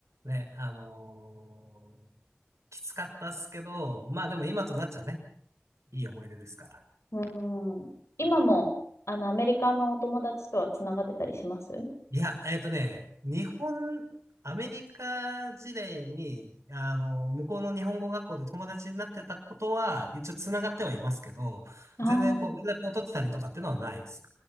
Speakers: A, on the right; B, on the left.
A: ね、あのーきつかったっすけど、まあでも今となっちゃね、いい思い出ですから。
B: うーん。今も、
A: うん
B: あの、アメリカのお友達とはつながってたりしますあ
A: いや、えっとね、日本、アメリカ時代に、あの、向こうの日本語学校で友達になってたことは、一応繋がってはいますけど、
B: あー。
A: 全然こう連絡を取ってたりとかっていうのはないです。